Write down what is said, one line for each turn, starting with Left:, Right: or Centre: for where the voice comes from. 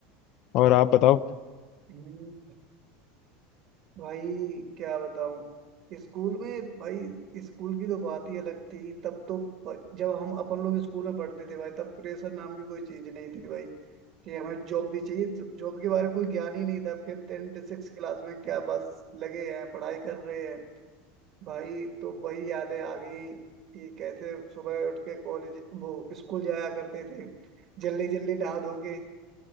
Left: और आप बताओ
Right: हम्म, भाई क्या बताऊं स्कूल में भाई स्कूल की तो बात ही अलग थी तब तो ब- जब हम अपन लोग स्कूल में पढ़ते थे भाई तब प्रेशर नाम की कोई चीज नहीं थी भाई कि हमें जॉब भी चाहिए जॉब के बारे में कोई ज्ञान ही नहीं था फिफ्थ एंड सिक्स क्लास में क्या बस लगे हैं पढ़ाई कर रहे हैं भाई तो वही यादें आ गई कि कैसे सुबह उठ के कॉलेज वो स्कूल जाया करते थे जल्दी जल्दी नहा धो के